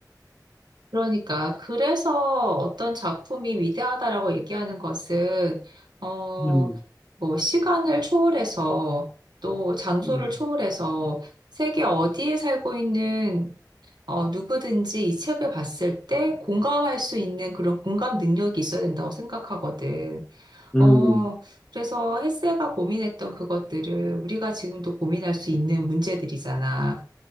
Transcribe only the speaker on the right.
그러니까 그래서 어떤 작품이 위대하다라고 얘기하는 것은 어,
뭐 시간을 초월해서 또 장소를
초월해서 세계 어디에 살고 있는 어, 누구든지 이 책을 봤을 때 공감할 수 있는 그런 공감 능력이 있어야 된다고 생각하거든.
어, 그래서 헬세가 고민했던 그것들을 우리가 지금도 고민할 수 있는 문제들이잖아.